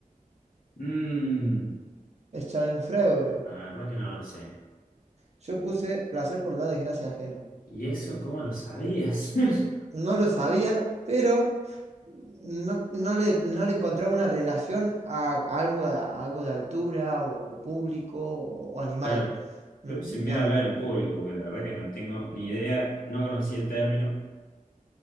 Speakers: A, on the left; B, on the right.
A: Mm,
B: Schadenfreude.
A: la verdad que no lo sé.
B: Yo puse placer por la desgracia ajena.
A: ¿Y eso cómo lo sabías? <laughs>
B: no lo sabía, pero no, no le, no le encontraba una relación a algo, de- a algo de altura o público o animal.
A: Claro,
B: Mm,
A: yo puse miedo
B: Digamos,
A: a hablar
B: bu-
A: en público, porque la verdad que no tengo ni idea, no conocí el término,